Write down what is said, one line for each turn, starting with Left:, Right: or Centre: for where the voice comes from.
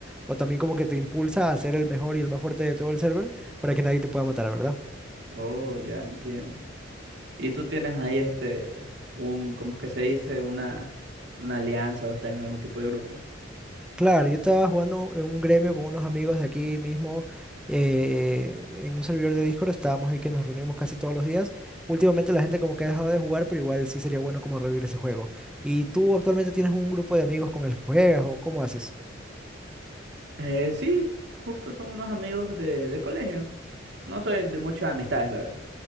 Centre: o también como que te impulsa a ser el mejor y el más fuerte de todo el server para que nadie te pueda matar, ¿verdad?
Right: Oh, ya entiendo. Y tú tienes ahí este, un, ¿cómo es que se dice? Una, una alianza o estás en algún tipo de grupo.
Centre: Claro, yo estaba jugando en un gremio con unos amigos de aquí mismo eh, en un servidor de Discord, estábamos ahí que nos reunimos casi todos los días. Últimamente la gente como que ha dejado de jugar, pero igual sí sería bueno como revivir ese juego. ¿Y tú actualmente tienes un grupo de amigos con el que juegas o cómo haces?
Right: Eh, sí, justo son unos amigos de, de colegio. No soy de muchas amistades, la verdad.